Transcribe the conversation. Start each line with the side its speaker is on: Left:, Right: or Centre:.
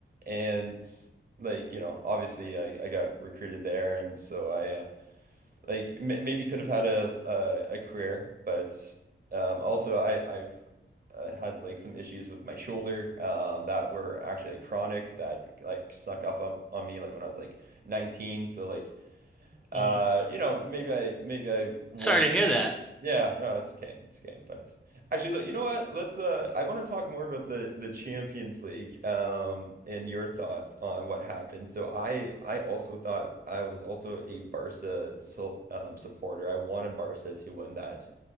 Right: and like you know obviously I I got recruited there and so I uh, like m maybe could have had a uh, a career, but um, also I I've uh, had like some issues with my shoulder um, that were actually like, chronic that like snuck up on, on me like when I was like 19. So like uh
Centre: mm.
Right: you know maybe I maybe I wouldn't
Centre: Sorry to hear that.
Right: yeah, no, it's okay. It's okay. But actually, look, you know what? Let's uh I want to talk more about the the Champions League um and your thoughts on what happened. So I I also thought I was also a Barca so, um, supporter. I wanted Barca to win that